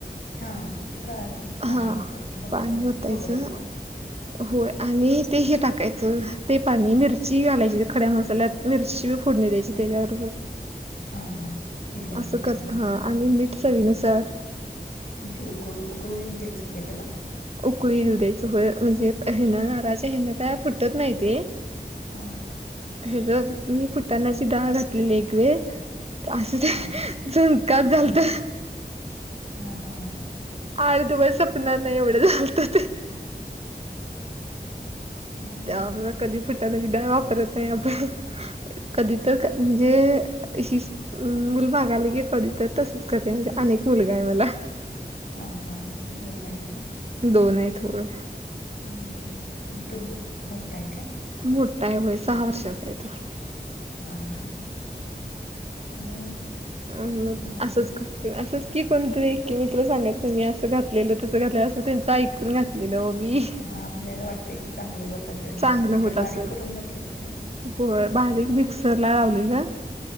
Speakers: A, on the left; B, on the right.
A: हा ते कळालं की पाणी
B: हा
A: वतायचं फक्त
B: पाणी ओतायचं
A: खोबऱ्याचं.
B: होय आणि ते हे टाकायचं ते पाणी मिरची घालायची खड्या मसाल्यात. मिरची बी फोडणी द्यायची त्याच्याबरोबर.
A: हा हा हिरवी
B: असं
A: मिरची
B: करत हा आणि मीट चवीनुसार
A: मग ते उकळ-उकळी येऊ द्यायचं काय त्याला?
B: उकळी देऊ द्यायचं होय म्हणजे हेनं ना राज हेणं काय फुटत नाही ते.
A: हा
B: हेज मी फुटाण्याची डाळ घातलेली एक वेळ. असं ते
A: हा हा
B: झुणकाच झालता.
A: हा हा हा.
B: आळधुवर सपना नाही एवढं झालतं ते.
A: हा
B: त्या उलट कधी फुटाणायाची डाळ वापरत नाही आपण कधी तर काय म्हणजे हिच म मुल मागालं की कधी तर तसंच करते म्हणजे अनेक मुलगा आहे मला.
A: हा हा. दोन आहेत होय?
B: दोन आहेत होय.
A: हम्म हम्म. तो मोठा आहे काय?
B: मोठा आहे वय सहा वर्षाचा आहे तो.
A: आ हा बर, बर
B: अम
A: माझ
B: असंच असंच की कोणतरी एकी मित्र सांगात मी असं घातलेलं तसं घातले असं त्यांचं ऐकून घातलेलं हो मी.
A: हा आपल्याला वाटतंय की चांगलं होत असेल
B: चांगलं
A: म्हणून त
B: होत
A: काही बारीक
B: असेल
A: करून घातलेलं काय मग?
B: होय बारीक मिक्सर ला लावलेला.